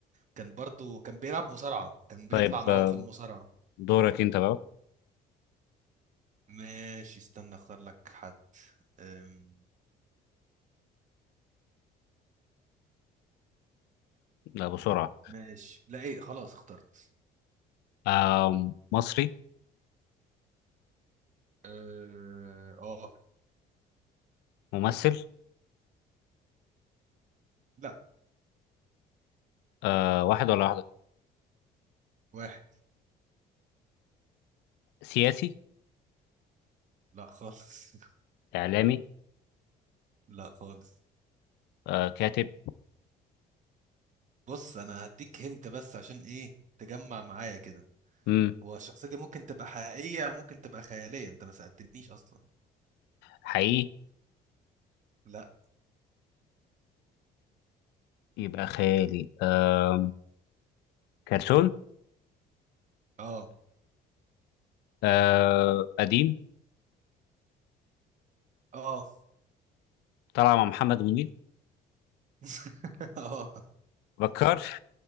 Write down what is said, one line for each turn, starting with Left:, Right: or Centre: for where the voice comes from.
Right: كان برضه كان بيلعب مصارعه كان بيطلع
Left: طيب
Right: معاهم
Left: آه،
Right: في المصارعه
Left: دورك أنت بقى
Right: ماشي استنى اختار لك حد أم،
Left: لا بسرعة
Right: ماشي لا ايه خلاص اخترت
Left: آه مصري
Right: اه آه،
Left: ممثل
Right: لا
Left: آه واحد ولا واحدة
Right: واحد
Left: سياسي
Right: لا خالص
Left: إعلامي
Right: <laughs> لا خالص
Left: آه كاتب
Right: بص انا هديك هنت بس عشان ايه تجمع معايا كده
Left: مم.
Right: هو الشخصية دي ممكن تبقى حقيقية ممكن تبقى خيالية انت ما سألتنيش اصلا
Left: حقيقي
Right: لا
Left: يبقى خيالي آه كرتون
Right: اه
Left: آه قديم
Right: اه
Left: طلع مع محمد منير
Right: <laughs> اه
Left: بكار <laughs>